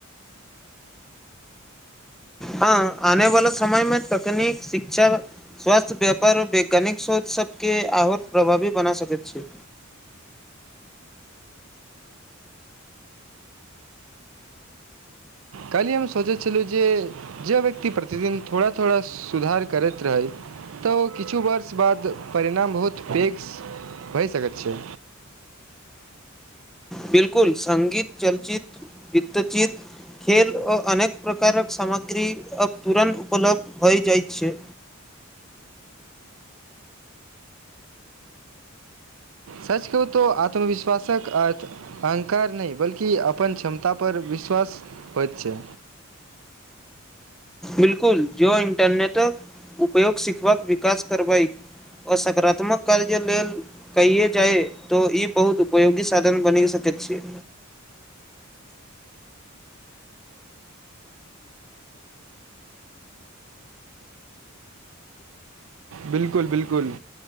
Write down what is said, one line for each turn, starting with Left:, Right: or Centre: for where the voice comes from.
Centre: हँ आने वाला समय मे तकनीक शिक्षा स्वास्थ्य व्यापार वैज्ञानिक शोच सबकेँ आओर प्रभावी बना सकैत छै
Right: काल्हि हम सोचै छलहुँ जे जे व्यक्ति प्रतिदिन थोड़ा थोड़ा सुधार करैत रहै तऽ ओ किछु वर्ष बाद परिणाम बहुत पैघ भए सकैत छै
Centre: बिलकुल संगीत चलचित वित्तचित खेल आ अनेक प्रकारक सामग्री अब तुरन्त उपलब्ध होइ जाइत छै
Right: सच कहु तो आत्मविश्वासक अर्थ अहंकार नहि बल्कि अपन क्षमता पर विश्वास होइत छै
Centre: बिलकुल जो इंटरनेटक उपयोग सिखबक विकास करबई आ सकारात्मक कार्य लेल कइए जाइ त ई बहुत उपयोगी साधन बनी सकैत छी
Right: बिल्कुल बिल्कुल